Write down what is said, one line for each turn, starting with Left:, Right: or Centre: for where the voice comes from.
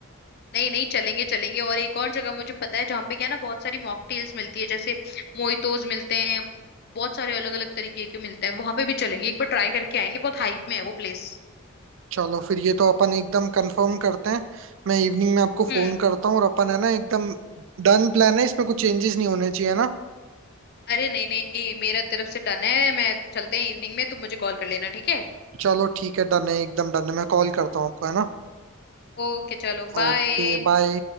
Left: नहीं नहीं चलेंगे चलेंगे और एक और जगह मुझे पता है जहाँ पे क्या है ना बहुत सारी मॉकटेल्स मिलती है जैसे मोइतोज मिलते हैं बहुत सारे अलग अलग तरीके के मिलते हैं वहां पे भी चलेंगे एक बार ट्राई करके आएंगे बहुत हाइप में है वो प्लेस
Right: चलो फिर ये तो अपन एकदम कंफर्म करते हैं मैं इवनिंग में आपको
Left: हम्म
Right: फोन करता हूँ और अपन है ना एकदम डन प्लान है इसमें कुछ चेंजेस नहीं होने चाहिए ना
Left: अरे नहीं नहीं नहीं, मेरा तरफ से डन है मैं चलते हैं इवनिंग में तुम मुझे कॉल कर लेना ठीक है
Right: चलो ठीक है डन है एकदम डन है मैं कॉल करता हूँ आपको है ना
Left: ओके चलो बाय
Right: Okay bye